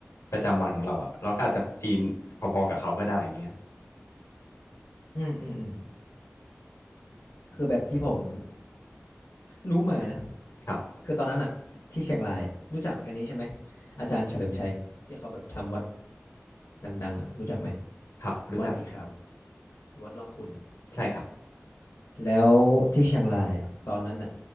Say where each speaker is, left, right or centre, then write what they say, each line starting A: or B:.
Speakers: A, on the left; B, on the left.
A: ประจำวันของเราอะเราก็อาจจะจีนพอๆกับเขาก็ได้อย่างเงี้ย
B: อืมอืมอืมคือแบบที่ผมรู้มานะ
A: ครับ
B: คือตอนนั้นอะที่เชียงรายอะรู้จักอันนี้ใช่ไหมอาจารย์เฉลิมชัยที่เขาแบบทำวัดดังๆอะรู้จักไหม
A: ครับรู้จัก
B: วัดสีขาววัดร่องขุ่นอะ
A: ใช่ครับ
B: แล้วที่เชียงรายอะตอนนั้นอะ